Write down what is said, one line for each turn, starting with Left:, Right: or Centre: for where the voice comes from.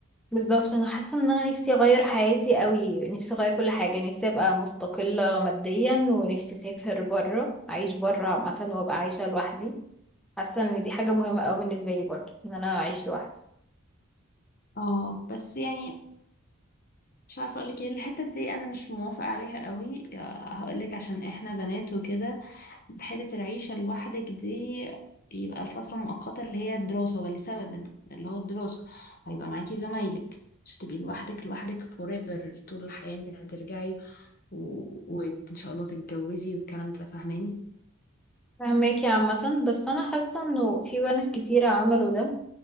Centre: بالظبط انا حاسه ان انا نفسي اغير حياتي قوي نفسي اغير كل حاجه نفسي ابقى مستقله ماديا ونفسي اسافر بره اعيش بره عامه وابقى عايشه لوحدي حاسه ان دي حاجه مهمه قوي بالنسبه لي برضه ان انا اعيش لوحدي
Left: اه بس يعني مش عارفه اقول لك ايه الحته دي انا مش موافقه عليها قوي هقول لك عشان احنا بنات وكده بحته العيشه لوحدك دي يبقى الفتره مؤقته اللي هي الدراسه ولا سبب من اللي هو الدراسه هيبقى معاكي زمايلك مش تبقي لوحدك لوحدك forever طول الحياه انت هترجعي و... وان شاء الله تتجوزي والكلام ده فاهماني
Centre: فهماكي عامه بس انا حاسه انه في بنات كتيره عملوا ده